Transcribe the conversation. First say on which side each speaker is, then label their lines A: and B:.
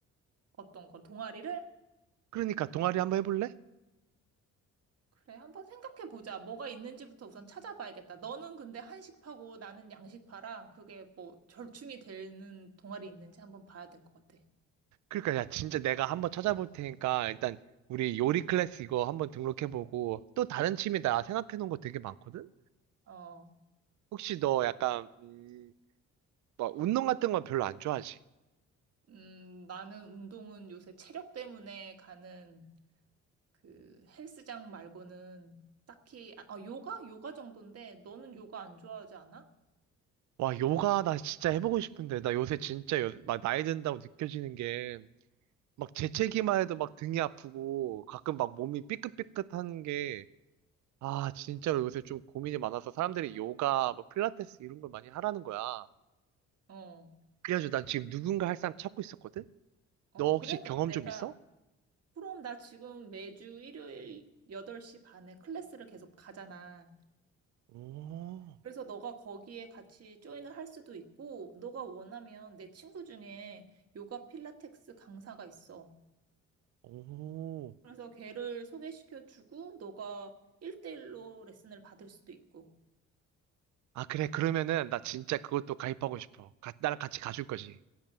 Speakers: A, on the right; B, on the right.
A: 어떤 거, 동아리를?
B: 그러니까 동아리 한번 해볼래?
A: 그래, 한번 생각해 보자. 뭐가 있는지부터 우선 찾아봐야겠다. 너는 근데 한식파고 나는 양식파라 그게 뭐 절충이 되는 동아리 있는지 한번 봐야 될 것 같아.
B: 그러니까 야 진짜 내가 한번 찾아볼 테니까 일단 우리 요리 클래스 이거 한번 등록해보고 또 다른 취미 나 생각해놓은 거 되게 많거든?
A: 어,
B: 혹시 너 약간 음, 막 운동 같은 건 별로 안 좋아하지?
A: 음, 나는 운동은 요새 체력 때문에 가는 그 헬스장 말고는 딱히, 아, 어, 요가? 요가 정도인데 너는 요가 안 좋아하지 않아?
B: 와 요가 나 진짜 해보고 싶은데 나 요새 진짜 요- 막 나이 든다고 느껴지는 게 막 재채기만 해도 막 등이 아프고 가끔 막 몸이 삐끗삐끗한 게, 아, 진짜로 요새 좀 고민이 많아서 사람들이 요가, 뭐 필라테스 이런 걸 많이 하라는 거야.
A: 어,
B: 그래가지고 난 지금 누군가 할 사람 찾고 있었거든?
A: 어,
B: 너 혹시
A: 그래? 그럼
B: 경험
A: 내가,
B: 좀 있어?
A: 그럼 나 지금 매주 일요일 8시 반에 클래스를 계속 가잖아.
B: 오,
A: 그래서 너가 거기에 같이 조인을 할 수도 있고, 너가 원하면 내 친구 중에 요가 필라테스 강사가 있어.
B: 오.
A: 그래서 걔를 소개시켜 주고, 너가 일대일로 레슨을 받을 수도 있고.
B: 아, 그래. 그러면은 나 진짜 그것도 가입하고 싶어. 가- 나랑 같이 가줄 거지.